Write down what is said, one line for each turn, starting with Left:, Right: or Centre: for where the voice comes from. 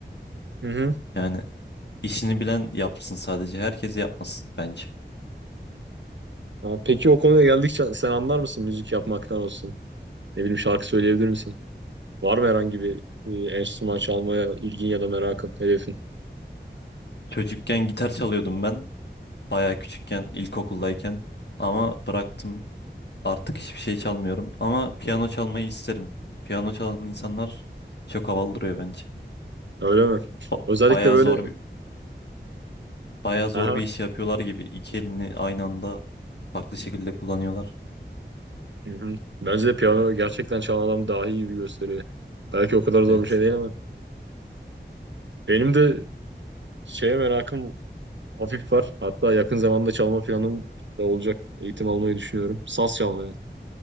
Right: Hı hı.
Left: Yani işini bilen yapsın sadece. Herkes yapmasın bence.
Right: Ya peki o konuya geldikçe sen anlar mısın müzik yapmaktan olsun? Ne bileyim şarkı söyleyebilir misin? Var mı herhangi bir e, enstrüman çalmaya ilgin ya da merakın, hedefin?
Left: Çocukken gitar çalıyordum ben. Bayağı küçükken, ilkokuldayken. Ama bıraktım. Artık hiçbir şey çalmıyorum. Ama piyano çalmayı isterim. Piyano çalan insanlar çok havalı duruyor bence.
Right: Öyle mi?
Left: Ba-
Right: Özellikle
Left: bayağı
Right: böyle
Left: zor bir Bayağı zor
Right: aha
Left: bir iş yapıyorlar gibi. İki elini aynı anda farklı şekilde kullanıyorlar.
Right: hı hı. Bence de piyano gerçekten çalan adam daha iyi bir gösteriyor. Belki o kadar zor
Left: Evet.
Right: bir şey değil ama benim de şeye merakım Hafif var. Hatta yakın zamanda çalma planım da olacak. Eğitim almayı düşünüyorum. Saz çalmaya.